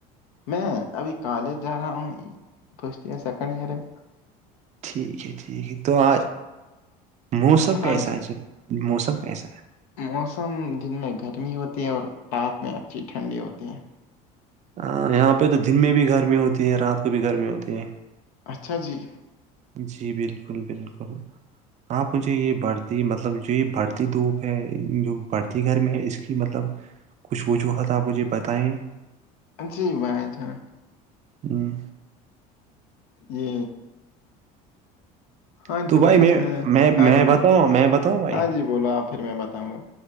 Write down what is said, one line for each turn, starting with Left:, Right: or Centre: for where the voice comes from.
Left: میں ابھی کالج جا رہا ہوں فرسٹ ایئر سیکنڈ ایئر ہے
Right: ٹھیک ہے ٹھیک ہے تو آج موسم
Left: ہاں
Right: کیسا
Left: جی
Right: موسم کیسا ہے
Left: موسم دن میں گرمی ہوتی ہے اور رات میں اچھی ٹھنڈی ہوتی ہے
Right: ہاں یہاں پہ تو دن میں بھی گرمی ہوتی ہے رات کو بھی گرمی ہوتی ہے
Left: اچھا جی
Right: جی بالکل بالکل آپ مجھے یہ بڑھتی مطلب جو یہ بڑھتی دھوپ ہے جو بڑھتی گھر میں ہے اس کی مطلب کچھ وجوہات آپ مجھے بتائیں
Left: جی بھائی جان
Right: ہممم
Left: جی ہاں
Right: تو
Left: جی
Right: بھائی میں
Left: اس
Right: میں
Left: ہاں
Right: میں
Left: جی بھائی
Right: بتاؤں میں بتاؤں بھائی
Left: ہاں جی بولو آپ پھر میں بتاؤں گا